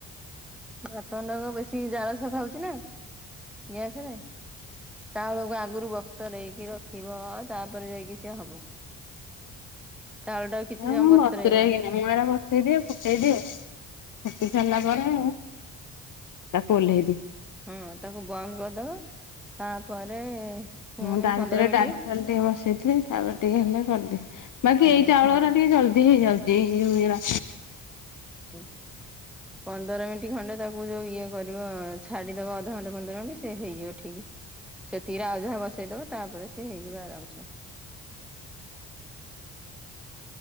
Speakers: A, in the centre; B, on the left.
A: ଭାତଗଣ୍ଡାକ ବେଶୀ ଜାଳସ ଖାଉଛି ନା ଗ୍ୟାସ ରେ। ଚାଉଳକୁ ଆଗରୁ ବତୁ ରେଇକି ରଖିବ ତାପରେ ଯାଇକି ସିଏ ହବ। ଚାଉଳଟାକୁ କିଛି ସମୟ
B: ମୁଁ
A: ବତୁରେଇବ।
B: ବତୁରେଇକିନା ମୁଁ ଏରା ବସେଇଦିଏ ଫୁଟେଇଦିଏ। ଫୁଟି ସାରିଲା ପରେ ତାକୁ ଓହ୍ଲାଇ ଦିଏ।
A: ହଁ ତାକୁ ବନ୍ଦ କରିଦବ ତାପରେ ପୁଣି
B: ମୁଁ ତା ଭିତ
A: ପନ୍ଦର
B: ରେ
A: ମିନିଟ୍
B: ଡାଲି ଫାଲି ଟିକେ ବସେଇଥିଲି। ତାପରେ ଟିକେ ହେଲା କରିଦିଏ। ବାକି
A: ହଁ
B: ଏଇ ଚାଉଳ ରା ଟିକେ ଜଲଦି ହେଇ ଯାଉଛି ଏଇ ହେଉରା।
A: ହଁ। ପନ୍ଦର ମିନିଟ୍ ଖଣ୍ଡେ ତାକୁ ଯୋଉ ଇଏ କରିବ। ଛାଡିଦବ ଅଧଘଣ୍ଟେ ପନ୍ଦର ମିନିଟ୍ ସେ ହେଇଯିବ ଠିକ। ସେ ତିକିରେ ଆଉ ଯାହା ବସେଇ ଦବ। ତାପରେ ସିଏ ହେଇଯିବ ଆରାମସେ।